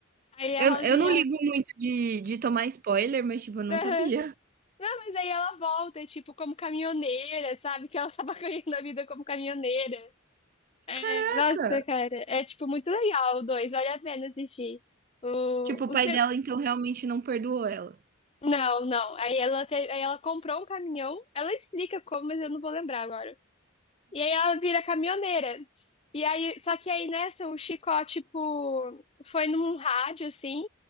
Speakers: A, on the left; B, on the right.
A: Aí
B: Eu,
A: a Rosinha.
B: eu não ligo muito de, de tomar spoiler, mas, tipo, eu não
A: aham.
B: sabia.
A: Mas aí ela volta, tipo, como caminhoneira, sabe? Que ela <laughs> tava ganhando a vida como caminhoneira. É,
B: Caraca!
A: nossa, cara, é tipo muito legal o dois, vale a pena assistir. O,
B: Tipo, o pai
A: o se-
B: dela, então, realmente não perdoou ela.
A: Não, não. Aí ela, te- aí ela comprou um caminhão, ela explica como, mas eu não vou lembrar agora. E aí ela vira caminhoneira. E aí, só que aí nessa, o Chicó, tipo, foi num rádio, assim,